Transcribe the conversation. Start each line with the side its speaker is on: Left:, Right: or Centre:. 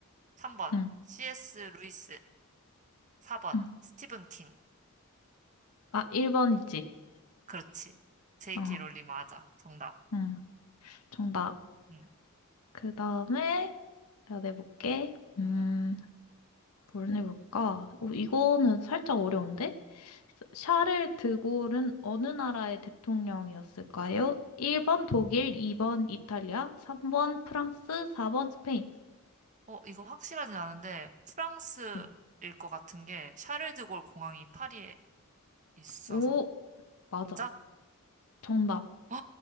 Right: 3번
Left: 응,
Right: C.S. 루이스. 4번.
Left: 응.
Right: 스티븐 킹.
Left: 아, 1번이지.
Right: 그렇지. J.K.
Left: 어,
Right: 롤링 맞아. 정답.
Left: 응. 정답.
Right: 응.
Left: 그 다음에 내가 내볼게. 음.
Right: 응?
Left: 뭘 해볼까? 어, 이거는 살짝 어려운데? 샤를 드골은 어느 나라의 대통령이었을까요? 1번 독일, 2번 이탈리아, 3번 프랑스, 4번 스페인.
Right: 어, 이거 확실하진 않은데, 프랑스일
Left: 어.
Right: 것 같은 게, 샤를드골 공항이 파리에 있어서.
Left: 오, 맞아.
Right: 맞아?
Left: 정답.
Right: 어,